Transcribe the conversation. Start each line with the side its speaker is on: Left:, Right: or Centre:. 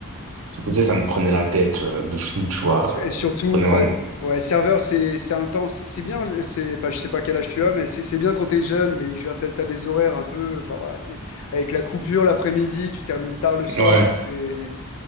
Right: Sauf que, tu sais, ça me prenait la tête euh, de fou, tu vois. euh,
Left: Et surtout,
Right: ça me prenait
Left: enfin,
Right: vraiment.
Left: ouais, serveur, c'est c'est intense. C'est c'est bien, je- c'est, enfin, je sais pas quel âge tu as, mais c'est c'est bien quand t'es jeune, mais je veux dire, t'as, t'as des horaires un peu, enfin voilà, tu sais, avec la coupure l'après-midi, tu termines tard le soir,
Right: Ouais,
Left: c'est